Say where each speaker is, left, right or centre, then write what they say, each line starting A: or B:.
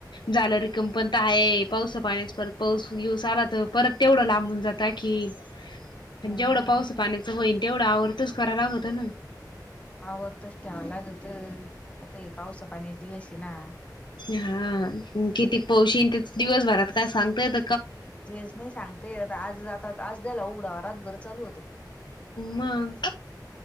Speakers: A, on the left (about 90°); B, on the left (about 15°).
A: झालं रिकम पण तर आहे पावस पाण्याच परत पाऊस बीऊस आला तर परत तेवढं लांबून जात आणकी. पण
B: हा
A: जेवढं पाऊस पाण्याचं होईन तेवढं आवर्तच करावला लागतं ना.
B: आवर्तच ठेवाय लागतय आता हे पावसा पाण्याचे दिवस हे ना.
A: हा, किती क पौस इन दिवसभरात काय सांगतायेत
B: तेच नाही सांगतायेत आज आता आज द्याला उघडावा रातभर चालू होतं.
A: मग.